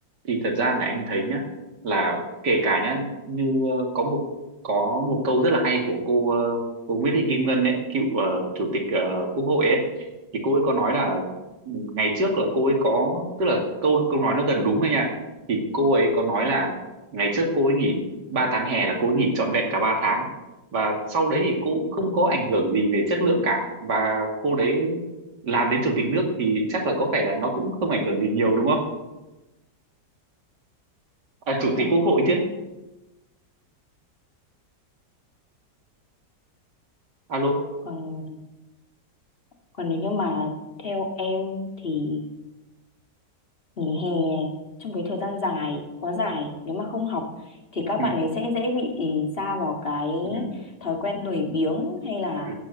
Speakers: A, on the right; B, on the left.
A: thì thật ra là anh thấy nhá là kể cả nhá như ờ, có một có một câu rất là hay của cô ờ, cô Nguyễn Thị Kim Ngân ấy cựu ờ, chủ tịch ờ, Quốc hội ấy thì cô ấy có nói là ừ, ngày trước là cô ấy có tức là câu câu nói nó gần đúng thôi nha thì cô ấy có nói là ngày trước cô ấy nghỉ 3 tháng hè là cô ấy nghỉ trọn vẹn cả ba tháng và sau đấy thì cô cũng không có ảnh hưởng gì về chất lượng cả và cô đấy làm đến chủ tịch nước thì chắc là có vẻ là nó cũng không ảnh hưởng gì nhiều đúng không à, chủ
B: Vâng,
A: tịch quốc hội
B: anh
A: chứ alo
B: còn còn nếu như mà theo em thì nghỉ hè trong cái thời gian dài quá dài nếu mà không học thì các
A: ừ
B: bạn ấy sẽ dễ bị sa vào cái
A: ừ
B: thói quen lười biếng hay là
A: ừ